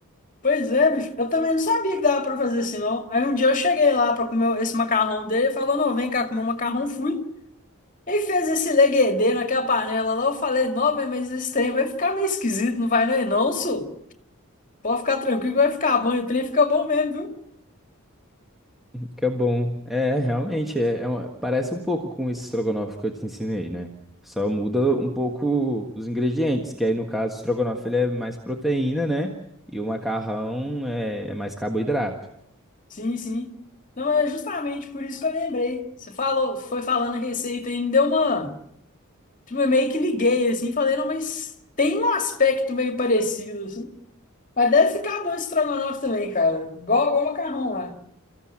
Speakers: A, on the left (about 35°); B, in the centre.
A: Pois é, bicho, eu também não sabia que dava para fazer assim, não. Aí um dia eu cheguei lá para comer esse macarrão dele e falou: não, vem cá comer o macarrão, fui. Quem fez esse leguedê naquela panela lá? Eu falei, não, meu, mas esse trem vai ficar meio esquisito, não vai não, e não, senhor. Pode ficar tranquilo que vai ficar bom, e o trem fica bom mesmo, viu?
B: Que é bom. É, realmente, é, é uma- parece um pouco com esse estrogonofe que eu te ensinei, né? Só muda um pouco os ingredientes, que aí no caso o estrogonofe ele é mais proteína, né? E o macarrão é, é mais carboidrato.
A: Sim, sim. Não, é justamente por isso que eu lembrei. Você falou, foi falando a receita e me deu uma. Tipo, eu meio que liguei assim, falei, não, mas tem um aspecto meio parecido, assim. Mas deve ficar bom esse estrogonofe também, cara. Igual, igual o macarrão lá.